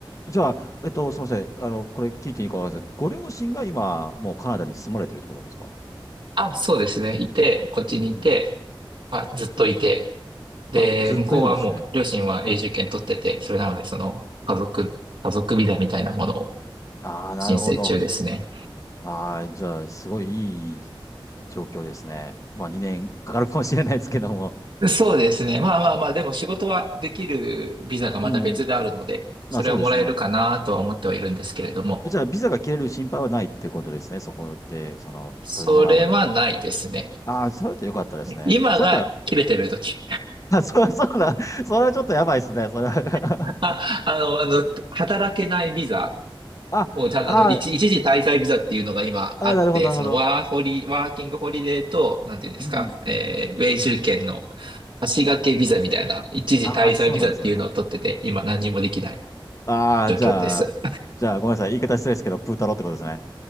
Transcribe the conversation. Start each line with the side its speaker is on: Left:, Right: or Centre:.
Left: じゃあ、えっと、すみません。あの、これ聞いていいかわかりません。ご両親が今、もうカナダに住まれてるってことなんですか
Right: あ、そうですね。いて、こっちにいて、
Left: うん。
Right: まあずっといて、で、
Left: あ、ずっといるんですね。
Right: 向こうはもう両親は永住権取ってて、それなのでその家族、家族ビザみたいなものを
Left: ああ、なるほど。
Right: 申請中ですね。
Left: ああ、じゃあ、すごいいい状況ですね。まあ、2年かかるかもしれないですけども。
Right: そうですね。まあまあまあ、でも仕事はできるビザがまた別であるので、
Left: うん。
Right: それはもらえるかなとは思ってはいるんですけれども、
Left: あ、そうですね。じゃあ、ビザが切れる心配はないってことですね。そこで、その、
Right: それはないですね。
Left: それもらうまでは。ああ、それだったらよかったですね。
Right: 今が切れてる時。
Left: それだったら、<laughs> あ、そう、そうだ。それはちょっとやばいですね。それは
Right: <laughs> あ、あの、あの、働けないビザ
Left: <laughs> あ、
Right: をちゃんとあの、
Left: あー
Right: 一、一時滞在ビザっていうのが今あって、
Left: あー、なるほど、なるほど。
Right: そのワーホリ、ワーキングホリデーと、なんていうんですか、
Left: うん。
Right: えー、永住権の足掛けビザみたいな、一時滞在ビザっていうのを取ってて、
Left: ああ、そうなんですね。
Right: 今何にもできない
Left: ああ、
Right: 状況です。
Left: じゃあ、じゃあ、ごめんなさい。言い方失礼ですけど、プータローってことですね。